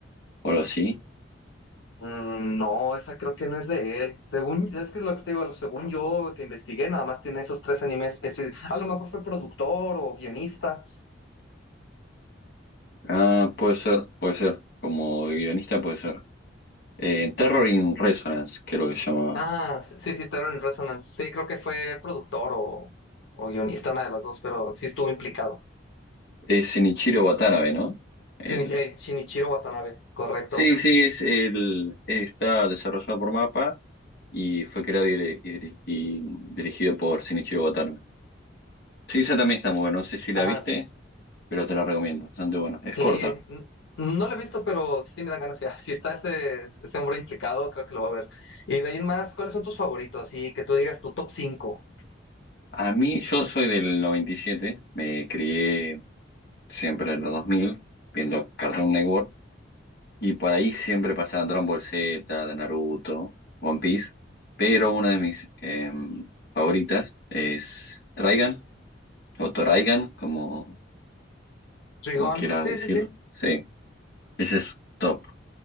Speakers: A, on the left; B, on the left.
A: o algo así.
B: Mm, no, esa creo que no es de él. Según, es que es lo que te digo, según yo que investigué, nada más tiene esos tres animes. Es decir, a lo mejor fue productor o guionista.
A: Ah, puede ser, puede ser, como guionista puede ser. Eh, Terror in Resonance, creo que se llamaba.
B: Ah, sí, sí, sí, Terror in Resonance. Sí, creo que fue productor o, o guionista, una de las dos, pero sí estuvo implicado.
A: Es Shinichiro Watanabe, ¿no? El...
B: Shinichi- eh, Shinichiro Watanabe, correcto.
A: Sí, sí, es el... está desarrollado por MAPA y fue creado y, y- y dirigido por Shinichiro Watanabe. Sí, esa también está muy buena, no sé si
B: Ah,
A: la viste. pero te la recomiendo, bastante buena. Es
B: Sí,
A: corta.
B: n- no lo he visto, pero sí me dan ganas ya. <laughs> Si está ese, ese hombre implicado, creo que lo voy a ver. Y de ahí en más, ¿cuáles son tus favoritos? Y que tú digas tu top cinco.
A: A mí, yo soy del noventa y siete me crié siempre en los 2000 viendo Cartoon Network, y por ahí siempre pasaban Dragon Ball Z, de Naruto, One Piece, pero una de mis eh, favoritas es Trigun, o Toraigan, como,
B: Rigón,
A: como quieras
B: sí,
A: decirlo.
B: sí, sí.
A: Sí, esa es top.